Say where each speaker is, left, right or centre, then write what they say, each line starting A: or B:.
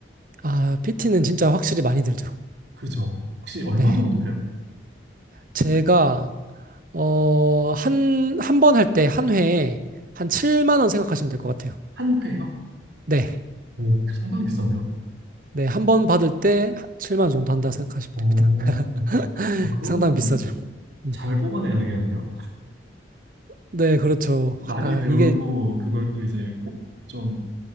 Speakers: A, on the right; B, on the right.
A: 아, PT는 진짜 확실히 많이 들죠.
B: 그죠? 혹시 얼마
A: 네.
B: 정도 해요?
A: 제가 어, 한, 한 번 할 때 한 회에 한 7만 원 생각하시면 될 것 같아요.
B: 한 회요?
A: 네.
B: 오, 상당히 비싼데요?
A: 네, 한 번 받을 때 7만 원 정도 한다 생각하시면
B: 오,
A: 됩니다. <laughs>
B: 아, 그러면은
A: 상당히 비싸죠. 음.
B: 잘 뽑아내야 되겠는데요?
A: 네, 그렇죠.
B: 많이
A: 아,
B: 배우고
A: 이게
B: 그걸 또 이제 꼭 좀